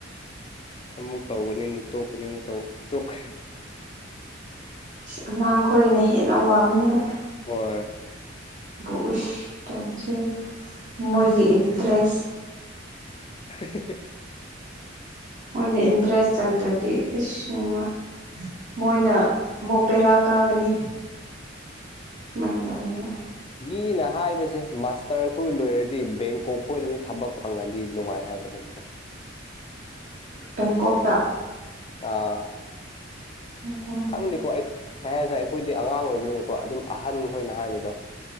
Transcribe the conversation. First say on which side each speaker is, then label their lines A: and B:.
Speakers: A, on the left (about 30°); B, on the right (about 40°).
A: ꯑꯃꯨꯛ ꯇꯧꯒꯅꯤ ꯑꯃꯨꯛ ꯇꯣꯛꯀꯅꯤ ꯑꯃꯨꯛ ꯇꯈ꯭ꯔꯦ
B: ꯑꯉꯥꯡ ꯈꯣꯏꯒꯤꯅ ꯍꯦꯟꯅ ꯋꯥꯒꯅꯤꯗ
A: ꯍ
B: ꯄꯨꯁ ꯇꯧꯕꯁꯦ ꯃꯣꯏꯒꯤ ꯏꯟꯇꯔꯦꯁ
A: <inaudible>
B: ꯃꯣꯏꯒꯤ ꯏꯟꯇꯔꯦꯁ ꯆꯪꯗ꯭ꯔꯗꯤ ꯏꯁ ꯅꯨꯡꯉ ꯃꯣꯏꯅ ꯑꯃꯨꯛ ꯕꯦꯔꯥ ꯀꯥꯒꯅꯤ ꯁꯨꯃꯥꯏꯅ ꯇꯧꯅꯦꯕ
A: ꯃꯤꯅ ꯍꯥꯏꯕꯁꯦ ꯃꯥꯁꯇꯔ ꯈꯣꯏ ꯂꯣꯏꯔꯗꯤ ꯕꯦꯡꯀꯣꯛ ꯈꯣꯏꯗꯅ ꯊꯕꯛ ꯐꯪꯉꯗꯤ ꯅꯨꯡꯉꯥꯏ ꯍꯥꯏꯕ ꯅꯠꯇ꯭ꯔꯦ
B: ꯕꯦꯡꯀꯣꯛꯇ
A: ꯑꯥ
B: ꯑꯣꯍꯣ
A: ꯈꯪꯗꯦꯀꯣ ꯑꯩ ꯁꯩ ꯍꯥꯏꯁꯦ ꯑꯩꯈꯣꯏꯗꯤ ꯑꯉꯥꯡ ꯑꯣꯏꯕꯅꯤꯅꯀꯣ ꯑꯗꯨꯝ ꯑꯍꯟ ꯈꯣꯏꯅ ꯍꯥꯏꯕꯗꯣ